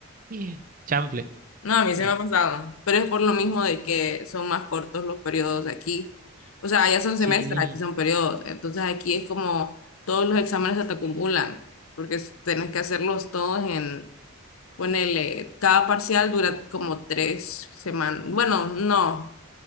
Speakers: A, on the right; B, on the left.
A: <laughs> Chanfle.
B: No, a mí se
A: Ah,
B: me ha pasado, pero es por lo mismo de que son más cortos los periodos de aquí. O sea, allá son
A: Sí,
B: semestres, aquí son periodos. Entonces aquí es como todos los exámenes se te acumulan, porque es- tenés que hacerlos todos en Ponele, cada parcial dura como tres semanas. Bueno, no,